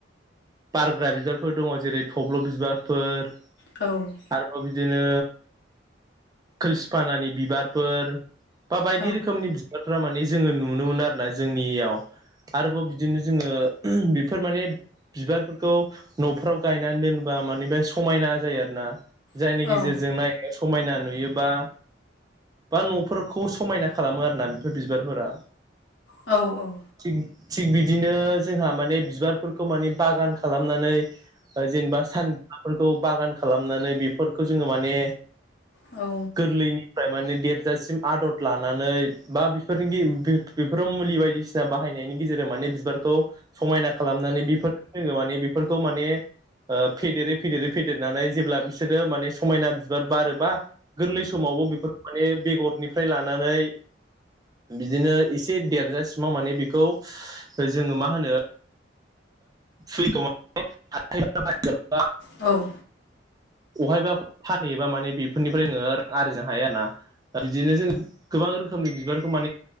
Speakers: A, on the right; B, on the left.
A: बारग्रा बिबारफोर दङ जेरै थब्ल' बिबारफोर
B: औ
A: आरोबाव बिदिनो खोलसिफानानि बिबारफोर बा बायदि
B: औ
A: रोखोमनि बारफ्रा माने जोङो नुनो मोनो आरो ना जोंनियाव आरोबाव बिदिनो जोङो बेफोर माने बिबारफोरखौ न'फ्राव गायनानै दोनोबा मानि बे समायना जायो आरोना जायनि
B: औ
A: गेजेरजों नायनो समायना नुयोबा बा न'फोरखौ समायना खालामो आरो ना बेफोर बिबारफोरा
B: औ औ
A: थिग थिग बिदिनो जोंहा माने बिबारफोरखौ माने बागान खालामनानै जेनेबा सान बिबारफोरखौ बागान खालामनानै बेफोरखौ जोङो माने
B: औ
A: गोरलैनिफ्राय माने देरजासिम आदर लानानै बा बिफोरनि बेफोराव मुलि बायदिसिना बाहायनायनि गेजेरजों माने बिबारखौ समायना खालामनानै बेफोर जोङो माने बेफोरखौ माने ओ फेदेरै फेदेरै फेदेरनानै जेब्ला बिसोरो माने समायना बिबार बारोबा गोरलै समावबो बेफोरखौ माने बेगरनिफ्राय लानानै बिदिनो एसे देरजासिमाव माने बेखौ जोङो मा होनो फ्रिखौ <unintelligible>
B: औ
A: अहायबा फा नैबा माने बेफोरनिफ्राय नोङो आरजिनो हायो आरोना बिदिनो जोङो गोबां रोखोमनि बिबारखौ माने